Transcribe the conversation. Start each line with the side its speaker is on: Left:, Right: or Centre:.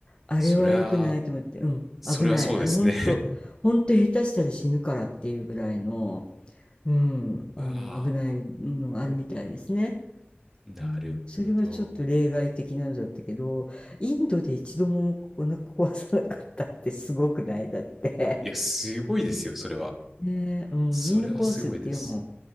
Left: あれは良くないと思ってうん危ないあれほんとほんと下手したら死ぬからっていうぐらいの、
Centre: そりゃ、そりゃそうですね
Left: うん、
Centre: <laughs>
Left: あの危ないのがあるみたいですね。
Centre: うわあ、<laughs> なるほど。
Left: うん、それはちょっと例外的なのだったけどインドで一度もお腹壊さなかったってすごくないだって。
Centre: いや、すごいですよ、それは。
Left: ねえ、うん、
Centre: それはすごいです。
Left: みんな壊すっていうも